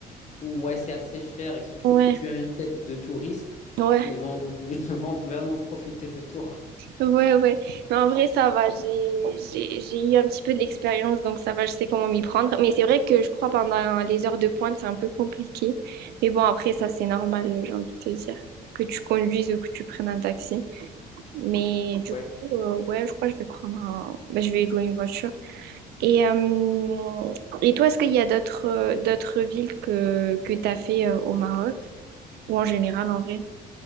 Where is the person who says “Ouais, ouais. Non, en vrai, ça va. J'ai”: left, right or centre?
Right